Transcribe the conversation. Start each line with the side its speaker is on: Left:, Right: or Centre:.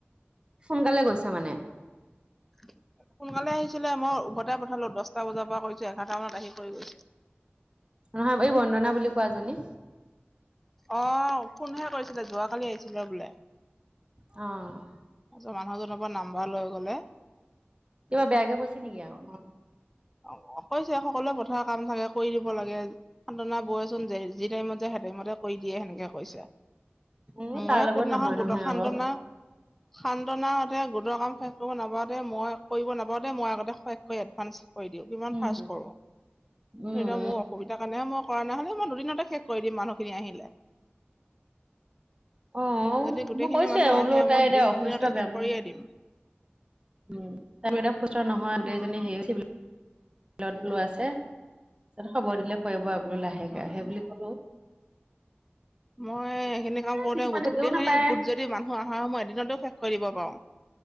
Right: সোনকালে গৈছে মানে
Centre: <inaudible> সোনকালে আহিছিলে মই উভতাই পঠালো দশটা বজাৰ পৰা কৈছো এঘাৰটা মানত আহি কৰি গৈছে।
Right: নহয় এই বন্দনা বুলি কোৱাজনী
Centre: অ', ফোনহে কৰিছিলে যোৱাকালি আহিছিলো বোলে।
Right: অ',
Centre: তাৰপিছত মানুহজনৰ পৰা নাম্বাৰ লৈ গ'লে
Right: কিবা বেয়াকে কৈছে নেকি আকৌ?
Centre: অ', কৈছে সকলোৱে পথাৰ কাম থাকে কৰি দিব লাগে শান্তনা বয়েচোন যে যি টাইমত যায় সেই টাইমত কৰি দিয়ে সেনেকে কৈছে,
Right: এ
Centre: ময়ে
Right: তাৰ লগত
Centre: কোনদিনাখন
Right: নহয়
Centre: গোটৰ
Right: নহয়
Centre: শান্তনা
Right: আকৌ
Centre: শান্তনাহঁতে গোটৰ কাম শেষ কৰিব নাপাওওতে মই কৰিব নাপাওঁতে মই আগতে শেষ কৰি এডভান্স কৰি দিওঁ, কিমান
Right: উম
Centre: ফাৰ্ষ্ট কৰো,
Right: উম
Centre: এতিয়া মোৰ অসুবিধা কাৰণেহে মই কৰা নহলে মই দুদিনতে শেষ কৰি দিম মানুহখিনি আহিলে।
Right: অ
Centre: যদি গোটেইখিনি
Right: মই কৈছোৱে
Centre: মানুহ আহে
Right: বোলো তাই
Centre: মই
Right: এতিয়া
Centre: দুদিন
Right: অসুস্থ
Centre: তিনিদিনতে শেষ
Right: বেম
Centre: কৰিয়েই দিম।
Right: উম, তাৰ মানে এতিয়া সুস্থ নহয় গোটেই
Centre: উম,
Right: জনী হেৰিয়েট চিভিলত বোলো আছে। তাৰপিছত খবৰ দিলে কৰিব আৰু লাহেকে
Centre: উম।
Right: সেই বুলি কলো।
Centre: মই এইখিনি কাম কৰোতে
Right: কিছুমান
Centre: গোটেইখিনি
Right: বুজিও নাপায়।
Centre: গোট যদি মানুহ আহাৰ সময় এদিনতো শেষ কৰি দিব পাওঁ,